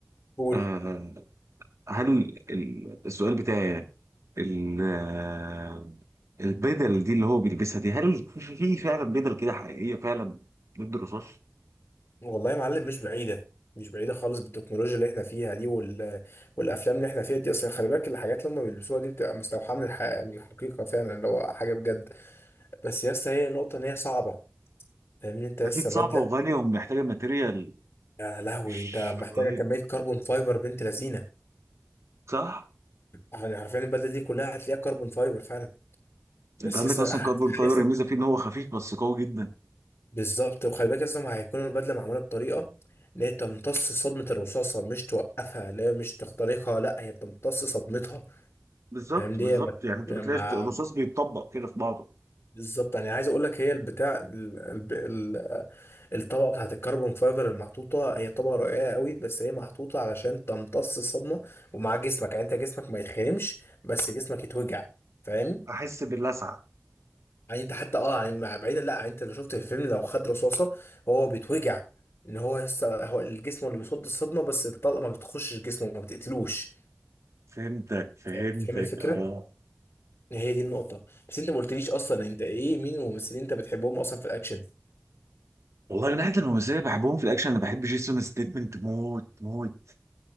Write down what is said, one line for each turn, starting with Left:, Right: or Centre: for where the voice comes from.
Left: قول
Right: آه، هل ال- السؤال بتاعي يعني ال- آه، البدل دي اللي هو بيلبسها دي هل في في فعلا بدل كده حقيقية فعلا ضد الرصاص؟
Left: والله يا معلم مش بعيدة مش بعيدة خالص بالتكنولوجيا اللي احنا فيها دي وال... والأفلام اللي احنا فيها دي أصلا خلي بالك الحاجات اللي هم بيلبسوها دي بتبقى مستوحاة من الح... من الحقيقة فعلا اللي هو حاجة بجد بس يا اسطى هي النقطة إن هي صعبة فاهمني أنت لسه
Right: أكيد صعبة
Left: بدلة
Right: وغالية ومحتاجة ماتيريال
Left: يا لهوي
Right: مش
Left: أنت محتاجة
Right: طبيعية
Left: كمية كربون فايبر بنت لذينة
Right: صح؟
Left: يعني حرفيا البدلة دي كلها هتلاقيها كربون فايبر فعلا بس
Right: أنت عندك
Left: يا اسطى
Right: أصلا
Left: هتلاقي
Right: كاربون فايبر
Left: نفسك-
Right: الميزة فيه إن هو خفيف بس قوي جدا
Left: بالظبط وخلي بالك لازم هيكون البدلة معمولة بطريقة ان هي تمتص صدمة الرصاصة مش توقفها لا مش تخترقها لا هي بتمتص صدمتها
Right: بالظبط
Left: فاهم دي
Right: بالظبط
Left: ما-
Right: يعني أنت
Left: يعني
Right: بتلاقي
Left: ما-
Right: الرصاص بيتطبق كده في بعضه
Left: بالظبط يعني عايز اقول لك هي البتاع ال- الب- ال- الطبقه بتاعت الكربون فايبر المحطوطه هي طبقه رقيقه قوي بس هي محطوطه علشان تمتص الصدمه ومع جسمك يعني انت جسمك ما يتخرمش بس جسمك يتوجع فاهم
Right: أحس باللسعة
Left: يعني انت حتى اه يعني مع- بعيدا لا يعني انت لو شفت في الفيلم لو خد رصاصه هو بيتوجع ان هو يس هو الجسم اللي بيصد الصدمه بس الطلقه ما بتخشش جسمه ما بتقتلوش
Right: فهمتك فهمتك
Left: فاهم فاهم الفكره
Right: أه
Left: هي دي النقطة بس انت ما قلتليش اصلا انت ايه مين الممثلين انت بتحبهم اصلا في الاكشن
Right: والله من ناحية الممثلين اللي بحبهم في الأكشن أنا بحب جيسون ستيتمنت موت موت